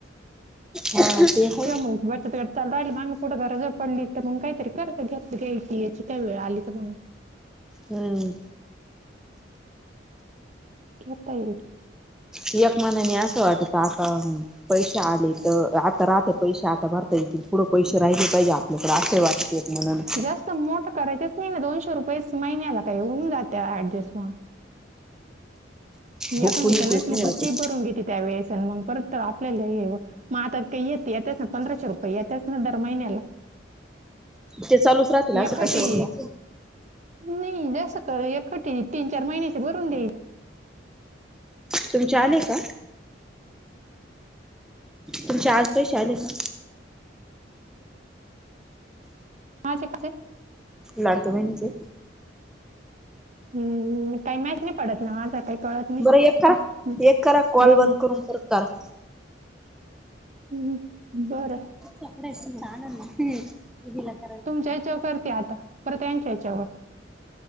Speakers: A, in the centre; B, on the right.
A: हा ते आहे
B: मग चाल राहिल मग पुढं गरज पडली तर मग काहीतरी करत घेत घ्यायची याची काही वेळ आली तर मग
A: हम्म.
B: घता ये.
A: एकमानानी असं वाटत आता पैश आले तर आता राहते पैसे आता भरता येतील पुढं पैसे राहिले काहि म आे वा म
B: जास्त मोठं करायचच नाही ना दोनशे रुपये महिन्याला काही होऊन जाते ऍडजस्टमेंट
A: हो
B: एखादी
A: कोणी
B: का
A: देत
B: नसली
A: नाही
B: दुसरी
A: आता
B: भरून घेते त्या वेळेस मग परत आपल्याला येव. मग आता का येत या त्याच ना पंधराशे रुपये याच्याच ना दर महिन्याला
A: ते चालूच राहतील असं
B: एकखटी
A: क शरला
B: नाही जस का एट तीन चार महिन्याचे भरून द्याय.
A: तुमचे आले का? तुमचे आज पैसे आले का?
B: हां कसे?
A: लडक बहिणीचे
B: हम् काही मॅच नाही पडत ना माझा काही कळत नाही
A: बरं एक करा
B: हम्म,
A: एक करा कॉल
B: जाऊन
A: बंद करून कर कर.
B: हम् बरं.
A: सकडे छान नाला
B: तुमच्या या्याच्यावर करते आता पर त्यांच्या याच्यावर